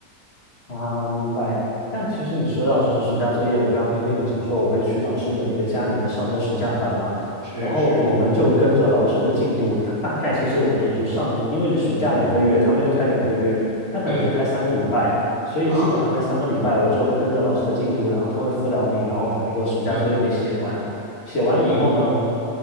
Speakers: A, on the left; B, on the right.
A: 啊，明白。但其实你说到就是暑假作业，我刚刚不是跟你讲说我会去老师的那个家里面上那个暑假班嘛，
B: 是是，
A: 然后我们就跟着老师的进度，他大概其实我们也就上，因为暑假两个月，他没有开两个月，他可能就开三个礼拜，
B: 嗯
A: 所以基本上那三个礼拜我就跟着老师的进度，
B: 啊，
A: 然后他会辅导你，然后把那个暑假作业给写完。
B: 嗯
A: 写完以后呢，
B: 嗯嗯